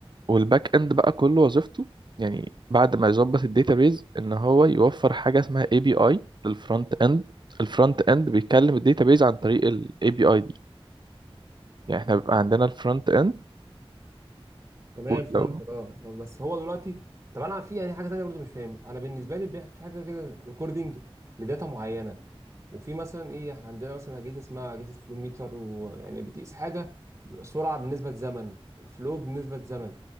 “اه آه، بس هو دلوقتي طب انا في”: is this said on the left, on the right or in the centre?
Right